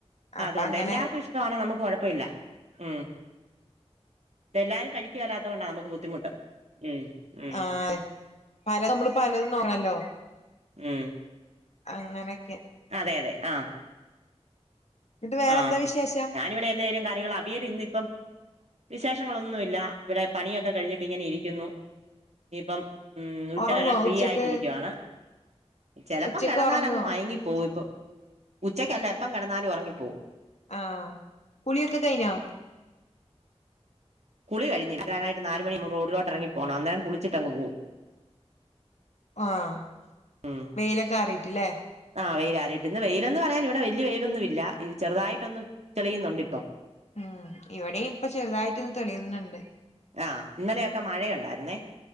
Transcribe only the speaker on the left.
അപ്പൊ
അങ്ങനെ
ആഹ് പല നമ്മള് പലതും നോക്കണല്ലോ
അങ്ങനെയൊക്കെ
എന്നിട്ട് വേറെന്താ
വിശേഷം
ഒറങ്ങോ
ഉച്ചക്ക്
ഉച്ചക്ക്
ഒറങ്ങോ
ആഹ് കുളിയൊക്കെ കഴിഞ്ഞോ
ആഹ്
വെയിലൊക്കെ അറിയിട്ടില്ലേ
ഉം ഇവിടെയും ഇപ്പ ചെറുതായിട്ട് ഒന്ന് തെളിയുന്നുണ്ട്